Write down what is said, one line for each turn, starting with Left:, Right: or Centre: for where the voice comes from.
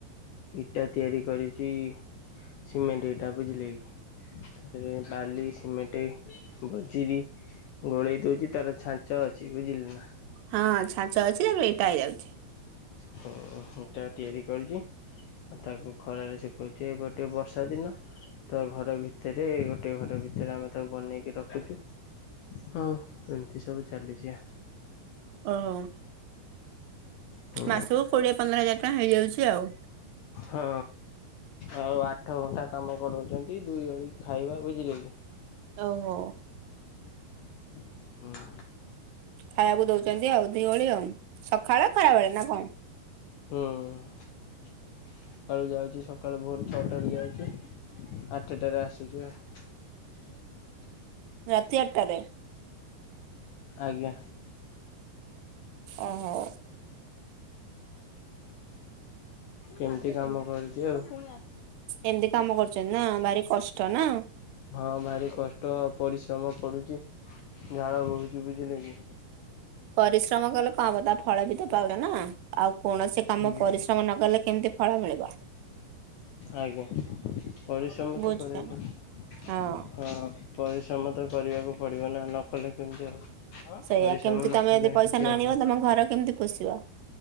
Left: ଇଟା ତିଆରି କରୁଛି। ସିମେଣ୍ଟ ଇଟା ବୁଝିଲେକି ତାରେ ବାଲି ସିମେଣ୍ଟ ବଜିରି ଗୋଳେଇ ଦଉଛି ତାର ଛା ଞ୍ଚ ଅଛି ବୁଝିଲେନା
Right: ହଁ ଛାଞ୍ଚ ଅଛି ତାପରେ ଇଟା ହେଇ ଯାଉଛି।
Left: ହଁ ଇଟା ତିଆରି କରୁଛି। ତାକୁ ଖରାରେ ସେଖୁଛି ଏବେ ଟିକେ ବର୍ଷା ଦିନ ତ ଘର ଭିତରେ ଗୋଟେ ଘର ଭିତରେ ଆମେ ତାକୁ ବନେଇକି ରଖୁଛୁ ହଉ ଏମିତି ସବୁ ଚାଲିଛି।
Right: ଓହୋ
Left: ହଁ
Right: ମାସକୁ କୋଡିଏ ପନ୍ଦର ହଜାର ଟଙ୍କା ହେଇଯାଉଛି ଆଉ।
Left: ହଁ। ଆଉ ଆଠ ଘଣ୍ଟା କାମ କରାଉଛନ୍ତି ଦୁଇ ଓଳି ଖାଇବା ବୁଝିଲେ କି
Right: ଓହୋ।
Left: ଉହୁଁ।
Right: ଖାଇବାକୁ ଦଉଛନ୍ତି ଆଉ ଦି ଓଳି ଆଉ। ସକାଳ ଖରାବେଳେ ନା କଣ?
Left: ହଁ। ସକାଳୁ ଯାଉଛି ସକାଳୁ ଭୋର ଛଅଟାରୁ ଯାଉଛି ଆଠଟାରେ ଆସୁଛି ଆଉ। ହଁ।
Right: ରାତି ଆଠଟାରେ?
Left: ଆଜ୍ଞା।
Right: ଓହୋ।
Left: ଏମିତି କାମ କରୁଛି ଆଉ। ହଁ
Right: ଏମିତି କାମ କରୁଛନ୍ତି ନା ଭାରି କଷ୍ଟ ନା
Left: ହଁ ଭାରି କଷ୍ଟ ପ୍ରବଳ ପରିଶ୍ରମ ପଡ଼ୁଛି ଝାଳ ବୋହୁଛି ବୁଝିଲେ କି
Right: ପରିଶ୍ରମ କଲେ ତା ଫଳ ବି ତ ପାଉଛ ନା ଆଉ କୌଣସି
Left: ହୁଁ
Right: କାମ ପରିଶ୍ରମ ନ କଲେ କେମିତି ଫଳ ମିଳିବ।
Left: ଆଜ୍ଞା ପରିଶ୍ରମ
Right: ବୁଝୁଛ
Left: ତ କରିବାକୁ
Right: ନା
Left: ପଡୁଚି।
Right: ହଁ
Left: ଆଜ୍ଞା। ପରିଶ୍ରମ ତ କରିବାକୁ ପଡ଼ିବ ନା ନ କଲେ କେମିତି ହବ।
Right: ସେଇଆ
Left: ପରିଶ୍ରମ
Right: କେମିତି
Left: ନକଲେ
Right: ତମେ ଯଦି ପଇସା
Left: କିଛି
Right: ନ
Left: ହେବନି।
Right: ଆଣିବ ତମ ଘର କେମିତି ପୋଷିବ